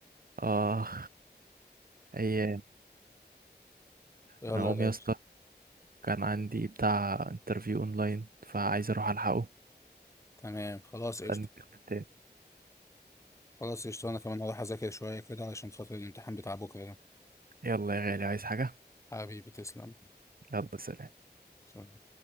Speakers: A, on the right; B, on the left.
A: آه أيام
B: يلا
A: أنا أقوم
B: يا
A: يا
B: باشا
A: اسطى كان عندي بتاع انترفيو أونلاين فعايز أروح ألحقه
B: تمام خلاص قشطة
A: نبقى نتكلم تاني
B: خلاص قشطة أنا كمان هروح أذاكر شوية كده علشان خاطر الامتحان بتاع بكرة ده
A: يلا يا غالي عايز حاجة؟
B: حبيبي تسلم
A: يلا سلام
B: سلام.